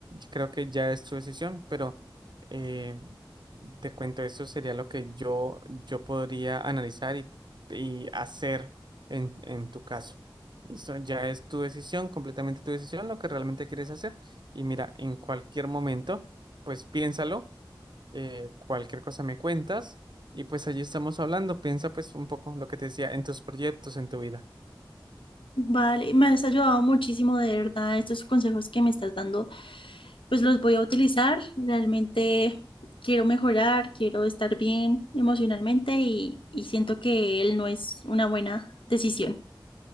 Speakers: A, on the right (about 60°); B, on the left (about 80°).
A: Creo que ya es tu decisión, pero eh, te cuento, eso sería lo que yo, yo podría analizar y, y hacer en, en tu caso. Eso ya es tu decisión, completamente tu decisión, lo que realmente quieres hacer. Y mira, en cualquier momento, pues piénsalo eh, cualquier cosa me cuentas y pues allí estamos hablando. Piensa pues un poco lo que te decía en tus proyectos, en tu vida.
B: Vale, me has ayudado muchísimo, de verdad. Estos consejos que me estás dando, pues los voy a utilizar. Realmente quiero mejorar, quiero estar bien emocionalmente y, y siento que él no es una buena decisión.